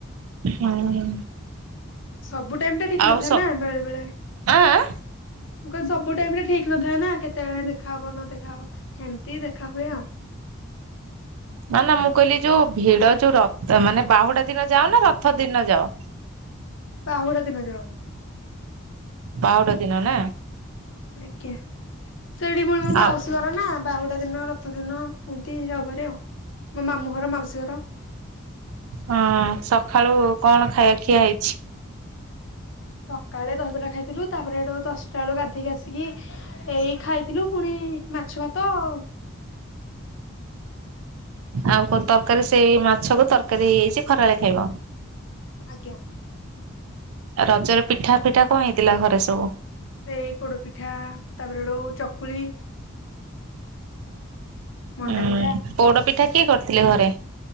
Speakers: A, on the right; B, on the left.
A: ହୁଁ।
B: ସବୁ ଟାଇମ ଟା ଠିକ
A: ଆଉ
B: ନଥାଏ
A: ସ
B: ନା ବେଳେ ବେଳେ ମୁଁ
A: ଆଁ ଆଁ
B: କହିଲି ସବୁ ଟାଇରେ ଠିକ ନଥାଏ ନା କେତେବେଳେ ଦେଖା ହବ ନ ଦେଖା ହବ ହେମିତି ଦେଖା ହୁଏ ଆଉ
A: ନା ନା ମୁଁ କହିଲି ଯୋଉ ଭିଡ ଯୋଉ ରଥ ମାନେ ବାହୁଡା ଦିନ ଯାଅ ନା ରଥ ଦିନ ଯାଅ।
B: ବାହୁଡ଼ା ଦିନ ଯାଉ।
A: ବାହୁଡା ଦିନ ନା।
B: ଆଜ୍ଞା ସେଠି ପୁଣି ମୋ ମାଉସୀ
A: ଆଉ
B: ଘର ନା ବାହୁଡା ଦିନ ରଥ ଦିନ ଏମତି ଯାଉ। ଘରେ ଆଉ। ମୋ ମାମୁଁ ଘର, ମାଉସୀ ଘର
A: ହଁ ସଖାଳୁ କଣ ଖାଇବା ଖିଆ ହେଇଛି?
B: ସକାଳେ ଦହିବରା ଖାଇଥିଲୁ। ତାପରେ ଏଠୁ ଦଶଟା ବେଳକୁ ଗାଧେଇକି ଆସିକି ଏଇ ଖାଇଥିଲୁ ପୁଣି ମାଛ ଭାତ ଆଉ।
A: ଆଉ କଣ ତରକାରୀ ସେଇ ମାଛକୁ ତରକାରୀ ହେଇଯାଇଛି ଖରାବେଳେ ଖାଇବ?
B: ଆଜ୍ଞା।
A: ରଜରେ ପିଠା ଫିଠା କଣ ହେଇଥିଲା ଘରେ ସବୁ?
B: ସେଇ ପୋଡପିଠା, ତାପରେ ଡଉ ଚକୁଳି ମଣ୍ଡା
A: ହୁଁ
B: ପିଠା
A: ପୋଡ ପିଠା କିଏ କରିଥିଲେ ଘରେ?